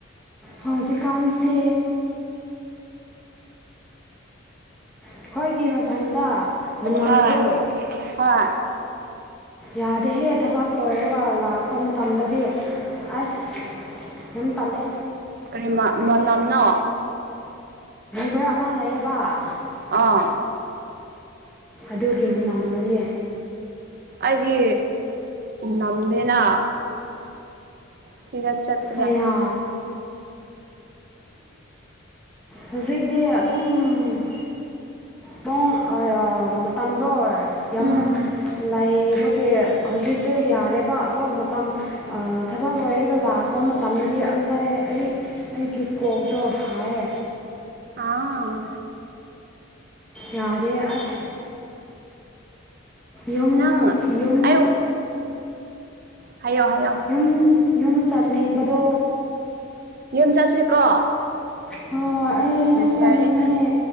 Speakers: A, in the centre; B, on the right.
A: ꯍꯧꯖꯤꯛꯀꯥꯟꯁꯦ ꯑꯩꯈꯣꯏꯒꯤ ꯃꯐꯝꯗ ꯃꯅꯝꯗꯣ
B: ꯑ ꯑ
A: ꯌꯥꯗꯦꯍꯦ ꯊꯕꯛ ꯂꯣꯏꯔꯒ ꯂꯥꯛꯄ ꯃꯇꯝꯗꯗꯤ ꯑꯁ ꯌꯥꯝ ꯇꯜꯂꯦ
B: ꯀꯔꯤ ꯃꯅꯝꯅꯣ
A: ꯚꯔ ꯑꯃ ꯂꯩꯌꯦꯕ
B: ꯑꯥ
A: ꯑꯗꯨꯒꯤ ꯃꯅꯝꯗꯨꯅꯦ
B: ꯑꯩꯗꯤ ꯅꯝꯗꯦꯅ ꯁꯤꯔꯠ ꯆꯠ
A: ꯑꯌꯥ ꯍꯧꯖꯤꯛꯇꯤ ꯑꯗꯨꯝ ꯄꯨꯡ ꯃꯇꯝꯗꯣ
B: ꯎꯝ
A: ꯌꯥꯝ ꯂꯥꯏꯕꯒꯤ ꯍꯧꯖꯤꯛꯇꯛꯇꯣ ꯌꯥꯔꯦꯕ ꯑꯗꯣ ꯃꯇꯝ ꯊꯕꯛ ꯂꯣꯏꯔꯒ ꯂꯥꯛꯥꯛꯄ ꯃꯇꯝꯗꯗꯤ ꯑꯜꯂꯥꯏꯌꯦ ꯑꯩ ꯑꯩꯒꯤ ꯀꯣꯛꯇꯣ ꯁꯥꯏꯌꯦ
B: ꯑꯥ
A: ꯌꯥꯥꯗꯦ ꯑꯁ ꯌꯨꯝ
B: ꯅꯪ
A: ꯌꯨꯝ
B: ꯑꯩ ꯍꯥꯏꯌꯣ ꯍꯥꯏꯌꯣ
A: ꯌꯨꯝ ꯌꯨꯝ ꯆꯠꯅꯤꯡꯕꯗꯣ
B: ꯌꯦꯝ ꯆꯠꯁꯤꯀꯣ
A: ꯍ ꯑꯩ ꯌꯥꯝ
B: ꯗꯤꯁ
A: ꯆꯥꯅꯤꯡꯉꯦ
B: ꯌꯥꯔꯗꯤ